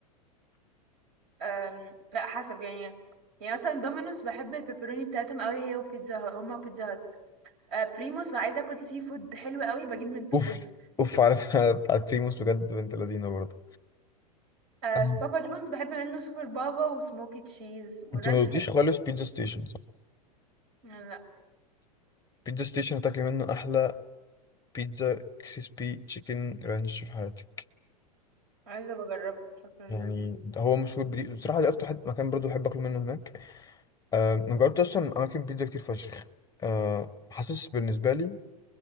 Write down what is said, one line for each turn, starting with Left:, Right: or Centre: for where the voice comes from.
Right: أم... لا حسب يعني يعني مثلا دومينوس بحب البيبروني بتاعتهم قوي هي وبيتزا هات هما وبيتزا هات أه بريموس لو عايزه اكل سي فود حلو قوي بجيب من بريموس
Left: أوف أوف على <laughs> بتاعت بريموس بجد بنت لذينة برضه
Right: أه
Left: أم.
Right: بابا جونز بحب منه سوبر بابا وسموكي تشيز والرانش
Left: أنت ما قلتيش
Right: حلو
Left: خالص بيتزا ستيشن صح
Right: لا
Left: بيتزا ستيشن هتاكلي منه أحلى بيتزا كريسبي تشيكن رانش في حياتك
Right: عايزه بجربها شكله لذيذ
Left: يعني هو مشهور بدي بصراحة دي أكتر حد مكان برضو بحب آكل منه هناك آه، أنا جربت أصلا أماكن بيتزا كتير فشخ آه، حاسس بالنسبة لي